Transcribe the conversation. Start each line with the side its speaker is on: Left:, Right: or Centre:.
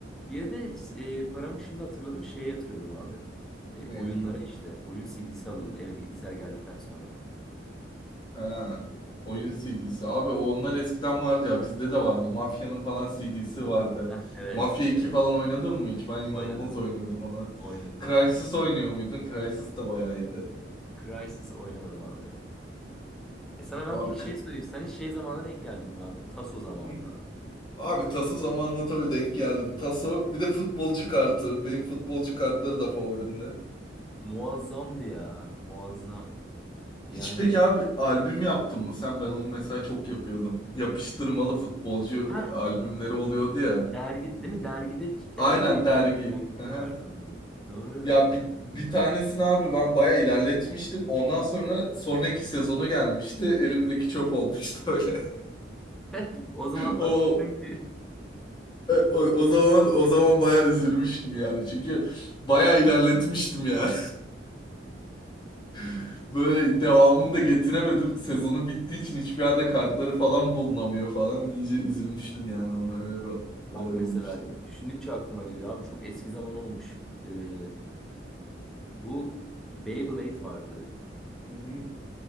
Centre: Bir de e, paramı şimdi hatırladım şeye yatırıyordum abi. E,
Left: ne
Centre: oyunlara
Left: abi?
Centre: işte. Oyun CD'si alıyordum
Left: Hmm.
Centre: eve bilgisayar geldikten sonra.
Left: Ha, oyun CD'si. Abi onlar eskiden vardı ya. Bizde de vardı. Mafya'nın falan CD'si vardı.
Centre: Heh, evet.
Left: Mafya iki
Centre: Evet.
Left: falan oynadın mı hiç? Ben inanılmaz
Centre: Oynadım.
Left: oynuyordum ona.
Centre: Oynadım.
Left: Crysis oynuyor muydun? Crysis de bayağı iyiydi.
Centre: Crysis oynamadım abi. E sana
Left: Abi
Centre: ben peki
Left: kır...
Centre: şey sorayım. Sen hiç şey zamanına denk geldin mi abi? Taso zamanına.
Left: Hı. Abi Taso zamanla tabii denk geldim. Taso bir de futbolcu kartı. Benim futbolcu kartları da favorimde.
Centre: Muazzamdı ya. Muazzam. Yani
Left: Hiç peki abi albüm yaptın mı sen? Ben onu mesela çok yapıyordum. Yapıştırmalı futbolcu
Centre: ha
Left: albümleri oluyordu ya.
Centre: dergi değil mi? Dergide
Left: Aynen
Centre: dergi bir
Left: dergi.
Centre: dergileri
Left: Hı hı.
Centre: vardı onların. Doğru.
Left: Ya bir, bir tanesini abi ben baya ilerletmiştim. Ondan sonra sonraki sezonu gelmişti. Elimdeki çöp olmuştu öyle. <laughs>
Centre: <laughs> O zaman
Left: O,
Centre: acıktın ki.
Left: o, o zaman o zaman baya üzülmüştüm yani. Çünkü baya ilerletmiştim yani. <laughs> Böyle devamını da getiremedim. Sezonu bittiği için hiçbir yerde kartları falan bulunamıyor falan. İyice üzülmüştüm yani ona öyle bir
Centre: Bak
Left: olay
Centre: mesela
Left: olmuştu.
Centre: düşündükçe aklıma geliyor abi çok eski zaman olmuş. Ee, bu Beyblade vardı.
Left: Hı hı.